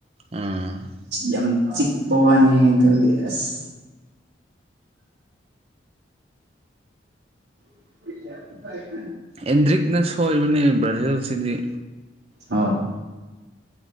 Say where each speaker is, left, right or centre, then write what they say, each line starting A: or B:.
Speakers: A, on the right; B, on the right.
A: ꯑꯥ
B: ꯌꯥꯝ ꯆꯤꯛꯄꯋꯥꯅꯤ ꯑꯗꯨꯗꯤ ꯑꯁ <inaudible>
A: ꯑꯦꯟꯗ꯭ꯔꯤꯛꯅ ꯁꯣꯏꯕꯅꯦ ꯕ꯭ꯔꯥꯖꯤꯜꯁꯤꯗꯤ
B: ꯍꯣꯏ